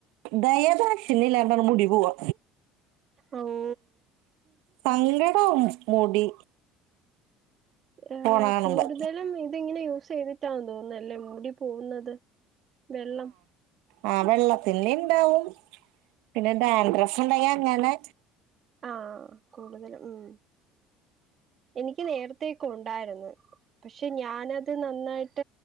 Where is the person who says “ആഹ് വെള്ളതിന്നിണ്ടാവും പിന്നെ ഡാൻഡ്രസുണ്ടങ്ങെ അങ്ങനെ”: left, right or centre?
Right